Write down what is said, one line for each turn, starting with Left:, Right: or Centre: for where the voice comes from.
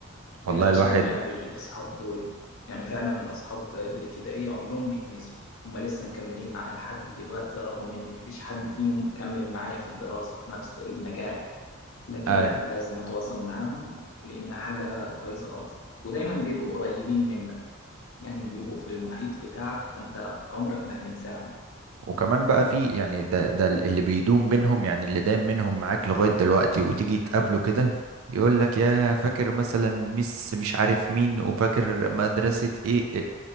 Right: والله
Left: آه، عشان
Right: الواحد
Left: نقابل الأصحاب دول يعني فعلا الأصحاب الابتدائية عمرهم ما يتنسوا هما لسه مكملين معايا لحد دلوقتي رغم إن مفيش حد فيهم كمل معايا في الدراسة في نفس المجال لكن
Right: آه،
Left: لا لازم اتواصل معاهم لانها حاجه كويسه خالص ودايما بيبقوا قريبين منك يعني بيبقوا في المحيط بتاعك فانت عمرك ما هتنساهم
Right: وكمان بقى في يعني ده ده اللي بيدوم بينهم يعني اللي دايم منهم معاك لغاية دلوقتي وتيجي تقابله كده يقول لك يا فاكر مثلا ميس مش عارف مين وفاكر مدرسة ايه إيه